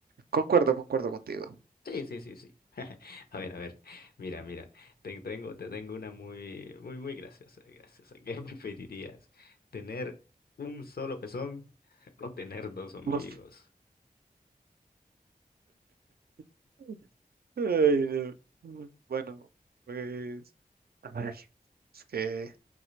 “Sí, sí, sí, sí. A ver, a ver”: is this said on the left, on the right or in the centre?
Left